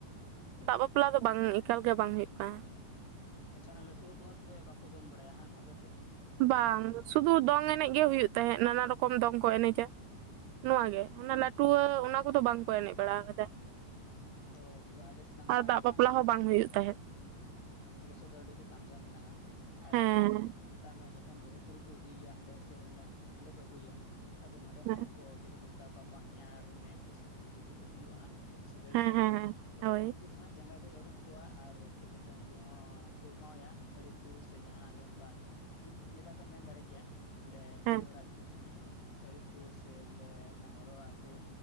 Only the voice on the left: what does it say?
ᱟᱪᱪᱷᱟ ᱚᱱᱟ ᱞᱟᱹᱴᱩᱭᱟᱹ ᱠᱚᱦᱚᱸ ᱛᱚᱵᱮ ᱵᱟᱠᱚ ᱫᱚᱱ ᱵᱟᱲᱟᱭᱟ ᱵᱟᱝ ᱟᱫᱚ ᱮᱱᱮᱫ
ᱦᱮᱸ
ᱚ ᱛᱚᱵᱮ ᱟᱞᱮ ᱥᱮᱱᱟᱜ ᱢᱟ
ᱟᱹᱰᱤ
ᱟᱞᱮᱥᱮᱫ ᱫᱚ ᱟᱹᱰᱤᱜᱮ ᱛᱟᱢᱡᱟᱢ ᱢᱮᱱᱟᱜᱼᱟ ᱟᱨ
ᱢᱮᱛᱟᱜ ᱢᱮ ᱡᱚᱠᱷᱚᱱ ᱵᱟᱹᱦᱩ ᱠᱩᱲᱤ ᱠᱚ ᱤᱫᱤᱭᱮᱭᱟ ᱦᱟᱸᱰᱮ ᱥᱮ ᱚᱱᱟ ᱞᱸᱰᱮ ᱠᱚ ᱟᱹᱜᱩᱭᱮᱭᱟ ᱟᱫᱚ ᱱᱚᱸᱰᱮ
ᱦᱚᱸ ᱩᱱᱠᱩ ᱪᱤᱞᱤ ᱠᱚ ᱢᱮᱛᱟ ᱠᱚᱣᱟ ᱵᱟᱦᱚᱧᱟᱨ ᱢᱮ ᱠᱚ ᱪᱤᱞᱞᱤ ᱠᱚᱠᱚ ᱦᱩᱭᱩᱜᱼᱟ ᱦᱟᱸᱜ ᱥᱟᱹᱜᱟᱹᱭ
ᱛᱮ
ᱛᱚ
ᱩᱱᱠᱩ ᱫᱚ ᱦᱟᱸᱜ ᱡᱟᱸᱜᱟ ᱠᱚ ᱟᱹᱨᱩᱵ ᱠᱚᱣᱟ ᱟᱨ ᱪᱮᱫ ᱠᱚ ᱡᱮ ᱩᱝᱠᱩ ᱦᱚᱸᱠᱚ ᱮᱢᱟᱣᱟᱭᱟ ᱥᱟᱹᱲᱤ ᱠᱚ ᱥᱮ ᱡᱟᱦᱟᱱᱟᱜ ᱜᱮ ᱚᱝᱠᱟ ᱜᱤᱯᱷᱴ ᱞᱮᱠᱟᱛᱮᱢ ᱢᱮᱱ ᱫᱟᱲᱮ ᱠᱮᱭᱟ ᱵᱚᱞᱮ ᱠᱩᱲᱤ
ᱦᱚᱲᱟᱜ ᱜᱤᱯᱷᱴ ᱜᱮ ᱥᱟᱹᱲᱤ ᱠᱚ ᱥᱮ ᱵᱚᱞᱮ ᱚᱱᱟ ᱦᱚᱨᱚᱜ ᱟᱜ ᱠᱚ